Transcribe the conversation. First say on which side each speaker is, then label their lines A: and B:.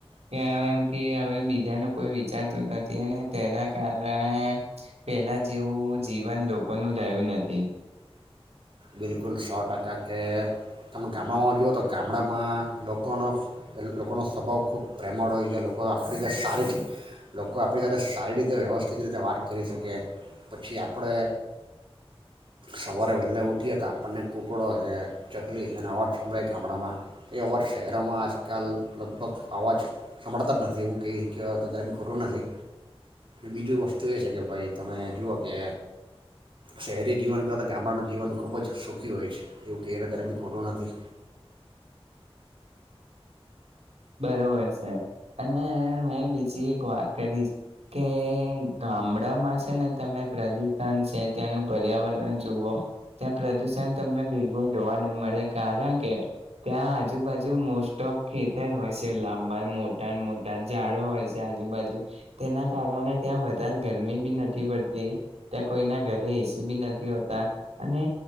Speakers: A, on the right (about 85°); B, on the right (about 55°).
A: કેમ કે હવે બીજાનું કોઈ વિચારતું નથી અને તેના કારણે પેલા જેવું જીવન લોકોનું રહ્યું નથી.
B: બિલકુલ સો ટકા કે તમે ગામડામાં જુઓ તો ગામડામાં લોકોનો લોકોનો સ્વભાવ ખૂબ પ્રેમળ હોય છે લોકો આપણી રીતે સારી લોકો આપણી સાથે સારી રીતે વ્યવસ્થિત રીતે વાત કરી શકે પછી આપણે સવારે વહેલા ઉઠ ઉઠીએ હતા બંને કુકડો છે ચકલી છેને અવાજ સંભળાય ગામડામાં એ અવાજ શહેરોમાં આજકાલ લગભગ અવાજ સંભળતા જ નથી એવું કઈ કહેવાય તો જ્યારે બી ખોટું નથી બીજું વસ્તુ એ છે કે ભાઈ તમે જુઓ કે શહેરી જીવન ક તો ગામડાનું જીવન ખ ખૂબ જ સુખી હોય છે એવું કે જ્યારેક બી ખોટો નથી.
A: બરોબર છે અને હ બીજી એક વાત કરીશ કે ગામડામાં છે ને તમે પ્રદુષણ છે ત્યાંનું પર્યાવરણ જુઓ ત્યાં પ્રદુષણ તમને બિલકુલ જોવા નહી મળે કારણ કે ત્યાં આજુબાજુ મોસ્ટ ઓફ ખેતી ખેતર હોય છે લાંબા મોટા મોટા ઝાડ હોય છે આજુબાજુ તેના કારણે ત્યાં વધારે ગરમી બી નથી પડતી ત્યાં કોઈના ઘરે એસી બી નથી હોતા અને